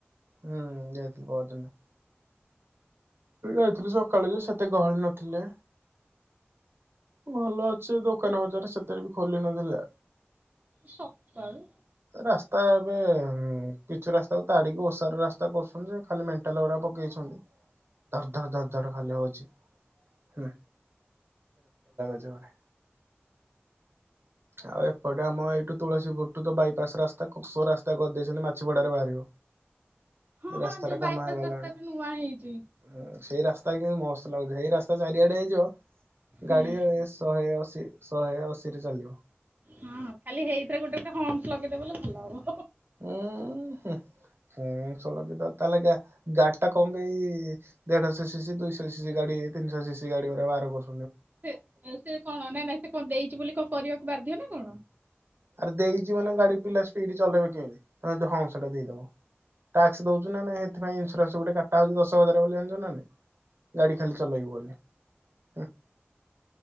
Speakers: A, on the right; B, on the right.
A: ହୁଁ ଯାଇଥିଲି ପହର ଦିନ। ତ ଯାଇଥିଲୁ ସକାଳୁ ଯେ ସେତେ ଗହଳି ନଥିଲେ। ଭଲ ଅଛି ଦୋକାନ ବଜାର ସେତଳେ ବି ଖୋଲି ନଥିଲେ।
B: ସକାଳୁ
A: ରାସ୍ତା ଏବେ ପିଚୁ ରାସ୍ତାକୁ ତାଡ଼ିକି ଓଷାର ରାସ୍ତା କରୁଛନ୍ତି ଯେ ଖାଲି ମେଣ୍ଟାଲଗୁଡ଼ା ପକେଇଛନ୍ତି। ଧର ଧର ଧର ଧର ଖାଲି ହଉଛି ହୁଁ। ଜଡେ। ଆଉ ଏପଟେ ଆମ ଏଇଠୁ ତୁଳସୀପୁରୁ ତ ବାଇପାସ ରାସ୍ତା ସ ରାସ୍ତା କରିଦେଇଛନ୍ତି ମାଛିପଡାରେ ବାହାରିବ।
B: ହଁ
A: ରାସ୍ତା
B: ହଁ ଯୋଉ
A: ଟା କାମ
B: ବାଇପାସ
A: ହେଇଗଲାଣି।
B: ରାସ୍ତା ଏବେ ନୂଆ ହେଇଛି।
A: ହୁଁ। ସେଇ ରାସ୍ତା କିନ୍ତୁ ମସ୍ତ ଲାଗୁଛି ସେଇ ରାସ୍ତା ଚାରିଆଡେ ହେଇଯିବ
B: ହୁଁ
A: ଗାଡି ଶହେ ଅଶି ଶହେ ଅଶି ରେ ଚାଲିବ।
B: ହଁ ଖାଲି ହେଇଥିରେ ଗୋଟେ ଗୋଟେ ହମସ ଲଗେଇଦେ ବ ବୋଲିଲେ ଭଲ ହବ।
A: ହୁଁ। ହୁଁ ସଲ କି ତ ତାହେଲେ ଗାଡି ଟା କମ୍ପାଇ ଏଇ ଦେଢଶହ ସିସିି ଦୁଇଶହ ସିସିି ଗାଡି ତିନିଶହ ସିସିି ଗାଡିରେ ବାହାର କରୁ
B: ସେ ସେ କଣ ନାଇଁ ନାଇଁ ସେ କଣ ଦେଇଛି ବୋଲି କଣ କରିବାକୁ ବାଧ୍ୟ ନା କଣ?
A: ଆରେ ଦେଇଛି ମାନେ ଗାଡି ପିଲା ସ୍ପିଡ ଚଲେଇବେ କେମିତି ତମେ ହଂସଟା ଦେଇଦବ? ଟାକ୍ସ ଦଉଚୁ ନା ନାଇଁ ସେଥିପାଇଁ ଇସୁରାନ୍ସ ଗୋଟେ କାଟା ହଉଛି ଦଶ ହଜାର ବୋଲି ଜାଣିଛ ନାଁ ନାଇଁ? ଗାଡ଼ି ଖାଲି ଚଲେଇବୁ ବୋଲି ହୁଁ।